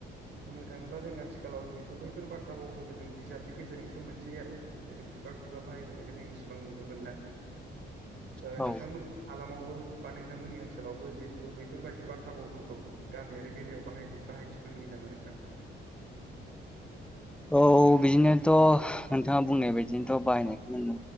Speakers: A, on the right; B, in the centre.
A: बुंनो थाङोब्ला जों आथिखालाव जिहेतु बैफोर बाथ्रा भावफोरखौ जों बिजाबनि गेजेरजोंसो मोनसै आरो जिहेतु खुगा खुगा बाहायबोनायखौ जों इसेबां नुनो मोनला ओ
B: औ
A: नोंथांमोननि हालामावबो बा नोंथांमोननि ओनसोलावबो जिहेथु बेफोरबादि बाथ्रा बावफोरखौ गामियारि बेलायाव बाहाय बाहायथिखौ नुयो नामा नोंथां
B: औ बिदिनोथ' नोंथाङा बुंनाय बदिनोथ' बाहायनायखौनो नुनो